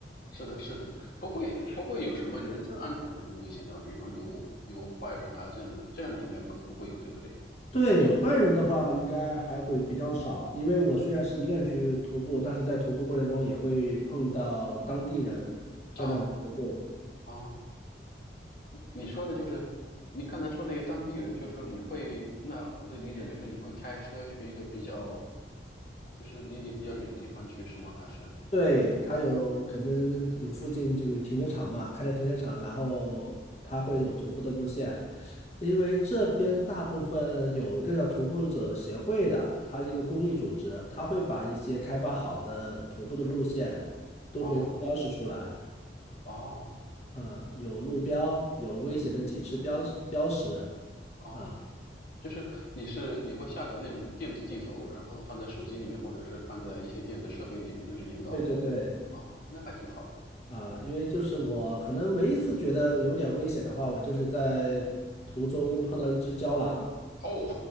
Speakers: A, on the left; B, on the left.
A: 是的，是的，不会不会有什么人身安全方面的危险，对吧？比如说有有坏人啊这样的，这样的应该不不会有，对不对？
B: 对坏人的话，应该还会比较少，因为我虽然是一个人去徒步，但是在徒步过程中也会碰到当地人在那边徒步。
A: 哦哦，你说的就是你刚才说的一个当地人，就是说你会，那我的理解就是你会开车去一个比较，就是离你比较远的地方去，是吗？还是？
B: 对，它有可能有附近这个停车场嘛，开的停车场，然后它会有徒步的路线，因为这边大部分有一个叫徒步者协会的，它是一个公益组织，它会把一些开发好的徒步的路线都会标示出来，
A: 哦哦
B: 啊，有路标，有危险的警示标志标识，
A: 哦，
B: 啊，
A: 就是你是你会下载那种电子地图，然后放在手机里面，或者是放在一些电子设备里面，就是引导你，
B: 对对对。
A: 是吗？哦，那还挺好的。
B: 啊，因为就是我可能唯一一次觉得有点危险的话，我就是在途中碰到一只郊狼，
A: 哦，